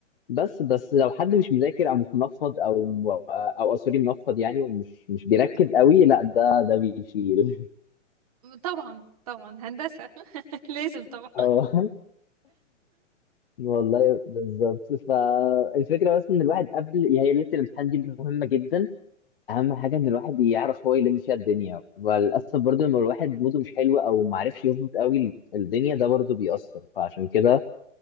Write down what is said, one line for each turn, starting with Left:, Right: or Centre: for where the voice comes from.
Left: بس بس لو حد مش مذاكر او مش منفض او او آه، سوري منفض يعني ومش مش بيركز قوي لا ده ده بيشيل
Right: طبعا طبعا هندسة <laughs> لازم طبعا
Left: <laughs> اه والله بالظبط فالفكره بس ان الواحد قبل هي ليله الامتحان دي مهمه جدا اهم حاجه ان الواحد يعرف هو يلم فيها الدنيا وللاسف برضو لما الواحد موده مش حلو او ما عرفش يظبط قوي ال- الدنيا ده برضو بيأثر فعشان كده